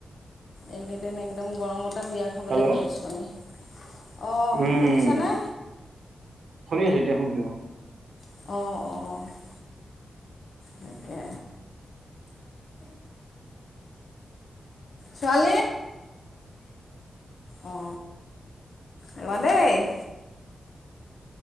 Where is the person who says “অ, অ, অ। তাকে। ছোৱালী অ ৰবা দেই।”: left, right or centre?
Left